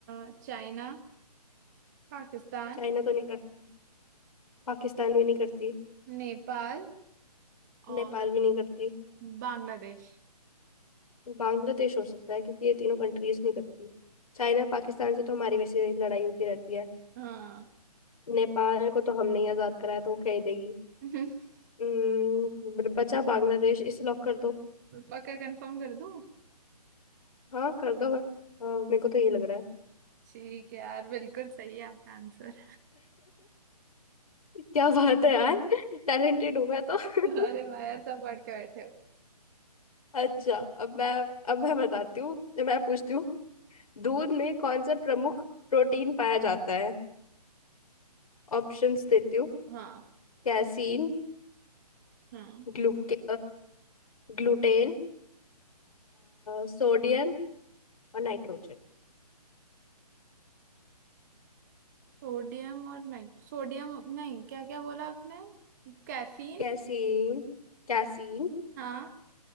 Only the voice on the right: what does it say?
अ, चाइना पाकिस्तान
नेपाल और
बांग्लादेश
हाँ
<laughs>
पक्का कंफर्म कर दूँ
ठीक है यार बिल्कुल सही है आपका आंसर
अरे भाई तब पढ़ के बैठे हो
हाँ
हाँ
सोडियम और नाइट सोडियम नहीं क्या क्या बोला आपने कैफीन
हाँ